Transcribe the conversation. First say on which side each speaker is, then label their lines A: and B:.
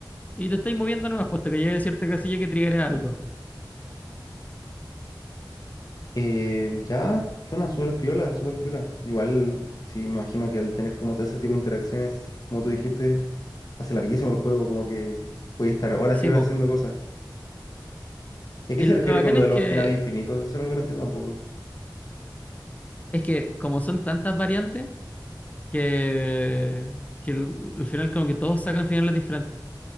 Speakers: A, on the left; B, on the left.
A: y te estáis moviendo nomás, pues hasta que llegue a cierta casilla que triggerea algo.
B: Eh, ya, suena súper piola, súper piola. Igual, sí, me imagino que al tener como todo ese tipo de interacciones, como tú dijiste, se hace larguísimo el juego, como que puedes estar horas
A: Sí,
B: y horas
A: pues.
B: haciendo cosas. ¿Y a
A: Y
B: qué se
A: lo
B: refiere
A: bacán
B: con lo
A: es
B: de los
A: que,
B: finales infinitos? Eso es lo que no entiendo tampoco.
A: es que como son tantas variantes, que, que al al final como que todos sacan finales diferentes.